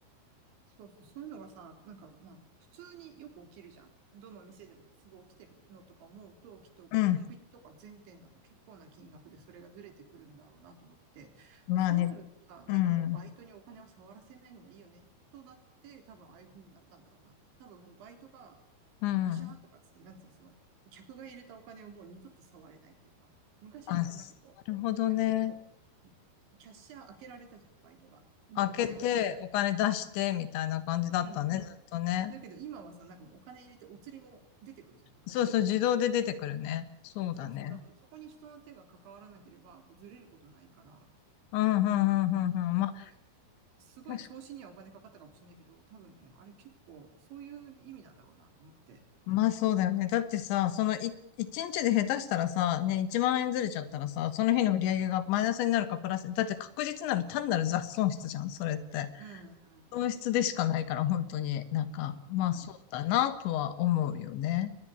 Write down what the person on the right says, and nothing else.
そうそう、そういうのがさ、なんかまあ、普通によく起きるじゃん。どの店でもすぐ起きてるのとか思うと、きっとコンビニとか全店だと結構な金額でそれがずれてくるんだろうなと思って、
だからそうなるとさ、
なんかもうバイトにお金を触らせないのがいいよね、
となって、多分ああいう風になったんだろうなと。多分もうバイトが
ガシャンとかつって、なんつうの、その、客が入れたお金をもう二度と触れないっていうか、昔はさ、
なんかこう、
なんかこう、キャッシャー開けられたじゃん、バイトが。で、
お金を出せる。
うん。
だけど今はさ、なんかもうお金入れてお釣りも出てくるじゃん、勝手に。
そうそう。だからもうそこに人の手が関わらなければ、もうずれることないから。
だからね、
すごい投資にはお金かかったかもしれないけど、
多分ね、あれ結構そういう意味なんだろうなと思って。
うん。
うん。